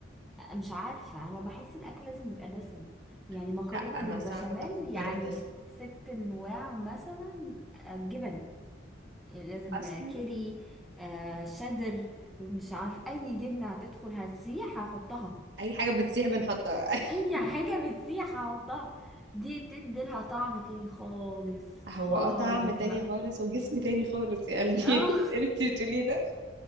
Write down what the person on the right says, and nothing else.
لا
انا
صعب اتقبله
دسم
اصلا
اي حاجه بتسيح بنحطها <laughs>
هو
اه طعم تاني
خالص
وجسم تاني خالص يا قلبي
<laughs> انت بتقولي ده